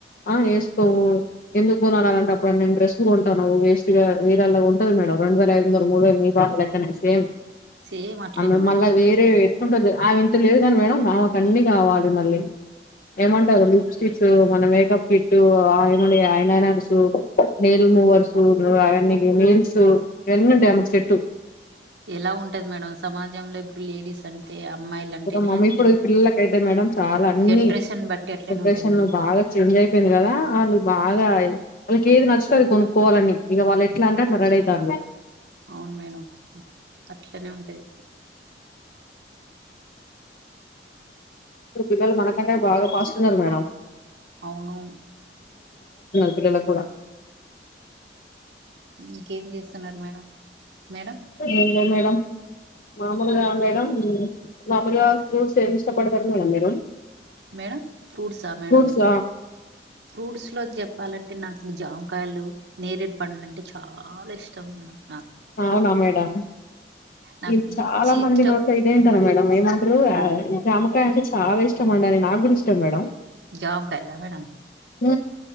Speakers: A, on the left (about 50°); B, on the right (about 80°).
A: ఆ వేసుకోవు ఎందుకు కొనాలంటే అప్పుడు నేను డ్రెస్ కొంటానావు వేస్ట్ గా వేలల్ల కొంటది మేడం రెండు వేల ఐదు వందల మూడు వేల మీ పాప లెక్కనే సేమ్
B: సేమ్ అట్లనే
A: ఆ మే
B: ఉంటది
A: మళ్ళా
B: సేమ్
A: వేరే ఎటుకుంటది ఆ లేదు గాని మేడం ఆమెకి అన్ని కావాలి మళ్ళీ ఏమంటారు క్ మన మేకప్ కిట్ ఆ ఐననర్స్ నెయిల్ మూవర్స్ అవ నీల్స్ ఇవన్నీ ఉంటాయి సెట్
B: ఎలా ఉంటది మేడం సమాజంలో లేడీస్ అంటే అమ్మాయిలు అంటేనే
A: మమ్మీ
B: అట్లుంటాయి
A: ఇప్పుడు ఈ పిల్లలకయితే మేడం చాలా అన్ని
B: జనరేషన్ బట్టి అట్లనే
A: జనరేషన్
B: ఉంటాయి మేడం
A: ను బాగా చేంజ్ అయిపోయింది కదా ను బాగా వాళ్ళకి ఏది నచ్చితే అది కొనుక్కోవాలని ఇక వాళ్ళు ఎట్లా అంటే అట్లా రెడీ అవుతారు
B: అవును మేడం అట్లనే ఉంటది
A: పిల్లలు మనకంటే బాగా పాస్ మేడమ్
B: అవును
A: అ కూడా
B: ఇంకేం చేస్తున్నారు మేడం మేడం
A: ఏం మేడం మామూలుగా మేడం మామూలుగా ఫ్రూట్స్ ఏం ఇష్టపడతరూ మేడం మీరు
B: మేడం ఫ్రూట్సా మేడం
A: ఫ్రూట్స్
B: ఫ్రూట్స్ లో చెప్ చెప్పాలంటే నాకు జామకాయలు నేరేడు పండ్లు అంటే చాలా ఇష్టం మేడమ్
A: అవునా మేడం
B: నాకు
A: ఇది
B: పిచ్చి
A: చాలా మంది
B: ఇష్టం
A: నోట్లో ఇదే వింటాను మేడం ఏమంటారు జామకాయ అంటే చాలా ఇష్టం అండి అని నాకు కూడా ఇష్టం మేడం
B: జవకాయలా మేడమ్
A: ఉ